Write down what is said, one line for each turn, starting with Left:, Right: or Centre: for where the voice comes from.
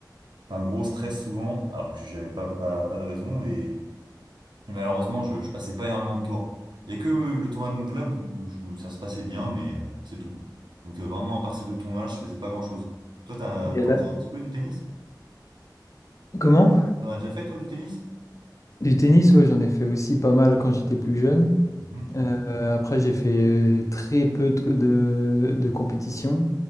Right: enfin gros stress souvent, alors que j'avais pas, pas pas de raison et, et malheureusement je, je passais pas énormément de tours. Il y a que euh, le tournoi de mon club où je me- ça se passait bien, mais euh, c'est tout. Donc euh, vraiment à part ces deux tournois-là, je faisais pas grand-chose. Toi t'as-
Left: Il y
Right: t'en
Left: a la-
Right: faisais un petit peu du tennis?
Left: Comment?
Right: T'en as déjà fait toi du tennis?
Left: Du tennis, ouais, j'en ai fait aussi pas mal quand j'étais plus jeune.
Right: Mhm.
Left: Euh, après, j'ai fait très peu de, de, de compétitions,